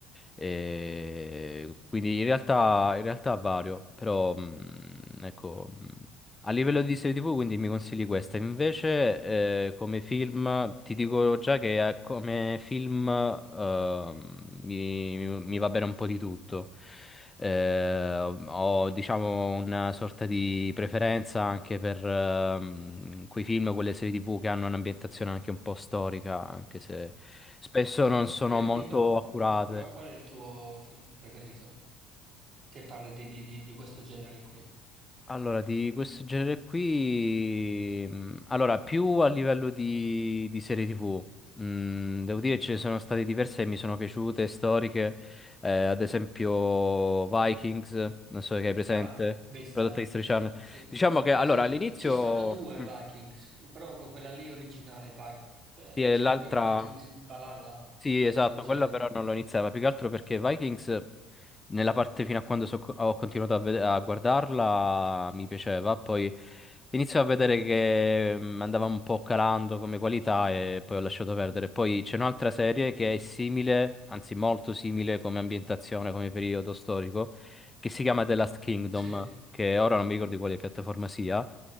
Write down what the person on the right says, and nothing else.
Cioè,
tipo,
qu- qu- qual è il tuo film preferito? Se parla di, di- di- di questo genere qui.
Ah, vista,
vista,
sì.
Sì, ci,
ci- ci stanno due
Vikings, però con quella lì originale, Vi- eh,
c'è
pure Vikings Valhalla,
una
cosa del genere.
Sì.